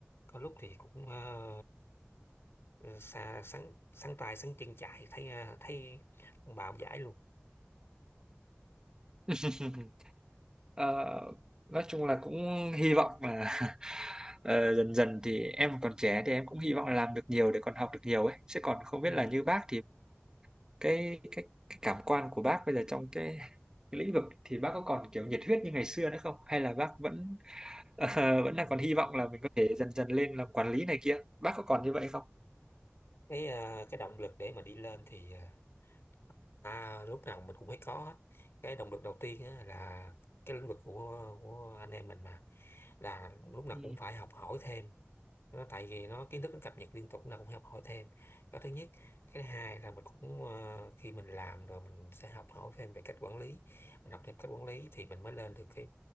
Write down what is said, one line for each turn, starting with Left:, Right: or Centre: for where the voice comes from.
Left: có lúc thì cũng ờ, Ừ, xa sáng sáng tay sáng chân chạy thấy à, thấy ông bà ông giải luôn
Right: <laughs> Ờ, nói chung là cũng hy vọng là <laughs> ờ, dần dần thì em còn trẻ thì em cũng hy vọng là làm được nhiều để còn học được nhiều ấy chứ còn không biết
Left: ừ.
Right: là như bác thì cái cái, cái cảm quan của bác bây giờ trong cái, cái lĩnh vực thì bác có còn kiểu nhiệt huyết như ngày xưa nữa không hay là bác vẫn <laughs> ờ, vẫn đang
Left: Ừ.
Right: còn hy vọng là mình có thể dần dần lên làm quản lý này kia bác có còn như vậy không
Left: cái à, cái động lực để mà đi lên thì à à, lúc nào mình cũng phải có hết. cái động lực đầu tiên á, là cái lĩnh vực của của anh em mình mà là lúc nào
Right: Ừ.
Left: cũng phải học hỏi thêm nó tại vì nó kiến thức nó cập nhật liên tục là cũng học hỏi thêm đó thứ nhất cái thứ hai là mình cũng ờ, khi mình làm rồi mình sẽ học hỏi thêm về cách quản lý mình học thêm cách quản lý thì mình mới lên được cái